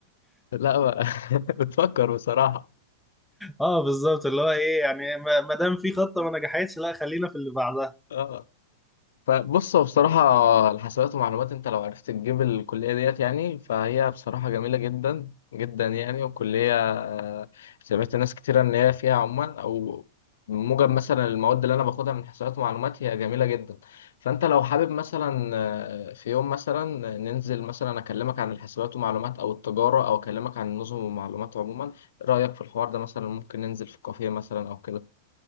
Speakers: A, on the left; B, in the centre.
A: لا بقى <laughs> بتفكر بصراحه
B: اه بالظبط اللي هو ايه يعني ما ما دام في خطه ما نجحتش لا خلينا في اللي بعدها
A: اه فبص هو بصراحة الحسابات ومعلومات انت لو عرفت تجيب الكلية ديت يعني فهي بصراحة جميلة جدا جدا يعني وكلية آه، سمعت ناس كتيرة ان هي فيها عموما او موجب مثلا المواد اللي انا باخدها من حسابات ومعلومات هي جميلة جدا فانت لو حابب مثلا آه، في يوم مثلا ننزل مثلا اكلمك عن الحسابات ومعلومات او التجارة او اكلمك عن النظم والمعلومات عموما إيه رأيك في الحوار ده مثلا ممكن ننزل في كافيه مثلا او كده